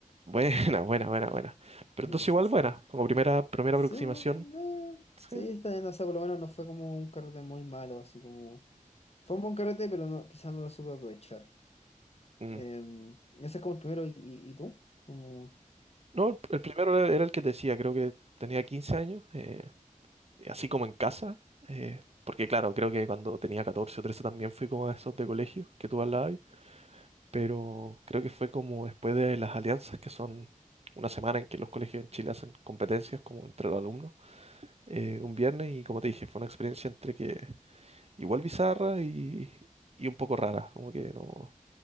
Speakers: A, on the right (about 50°); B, on the left (about 50°).
A: Buena, <laughs> buena, buena, buena. Pero
B: sí,
A: entonces
B: sí,
A: igual
B: sí.
A: buena, como primera, primera
B: Sí,
A: aproximación.
B: eh,
A: Sí.
B: sí, está bien, o sea, por lo menos no fue como un carrete muy malo, así como... Fue un buen carrete, pero no, quizás no lo supe aprovechar.
A: Mm.
B: em ese es como el primero, ¿y, y- y tú? Como...
A: No, el primero era, era el que te decía, creo que tenía quince años, eh, así como en casa. eh, porque claro, creo que cuando tenía 14 o 13 también fui como a esos de colegio que tú hablabas. ahí, Pero creo que fue como después de las alianzas, que son una semana en que los colegios en Chile hacen competencias como entre los alumnos eh, un viernes y como te dije, fue una experiencia entre que igual bizarra y, y un poco rara. Como que no,